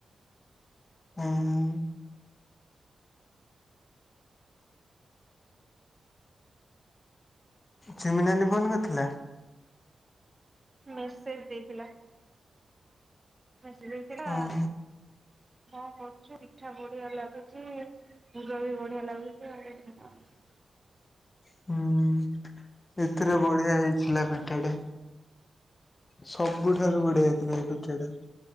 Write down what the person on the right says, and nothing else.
ମେସେଜ ଦେଇଥିଲା। ମେସେଜ ଦେଇଥିଲା
କଁ କରୁଛୁ ପିଠା ବଢ଼ିଆ ଲାଗୁଛି। ମୁଗ ବି ବଢ଼ିଆ ଲାଗୁଛି ମୁଁ କହିଲି ହଁ।